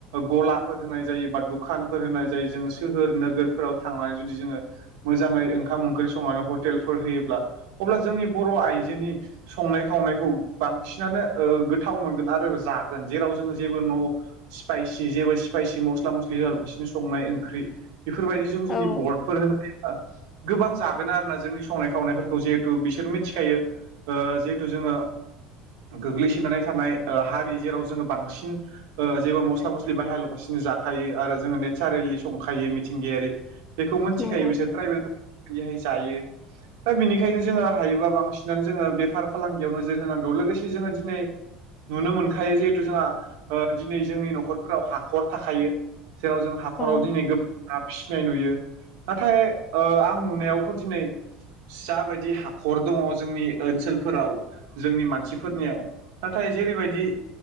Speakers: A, on the right (about 80°); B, on the left (about 30°).
A: गलाफोर होनाय जायो बा दुखानफोर होनाय जायो जोङो सोहोर नोगोरफोराव थांनानै जुदि जोङो मोजाङै ओंखाम ओंख्रि संनानै हटेलफोर होयोब्ला अब्ला जोंनि बर' आइजोनि संनाय खावनायखौ बांसिनानो ओ गोथाव मोनगोन आरो जागोन जेराव जोङो जेबो न' स्पायसि जेबो स्पायसि मस्ला मस्लि होल फारसेनो संनाय ओंख्रि बेफोरबायदिजों जुदि
B: औ
A: बर्डफोर होनानै ओ गोबां जागोन आरोना जोंनि संनाय खावनायफोरखौ जिहेथु बिसोर मिथिखायो जिहेथु जोङो गोग्लैसोनानै थानाय हारि जेराव जोङो बांसिन ओ जेबो मस्ला मस्लि बाहायालाबासिनो जाखायो आरो जोङो नेसारेलि संखायो मिथिंगायारि बेखौ मिथिखायो
B: नंगौ
A: बिसोर ट्राइबेल बिदिहाय जायो दा बेनिखायनो जोङो हायोबा बांसिनानो जोङो बेफार फालांगियाव नोजोर होनां औ लोगोसे जोङो दिनै नुनो मोनखायो जिहेथु जोंहा ओ दिनै जोंनि न'खरफोराव हाखर थाखायो जेराव जों हाखराव
B: औ
A: दिनै गो दा फिसिनाय नुयो नाथाय ओ आं नुनायावथ' दिनै जाबायदि हाखर दङ जोंनि ओनसोलफोराव जोंनि मानसि फोरनियाव नाथाय जेरैबायदि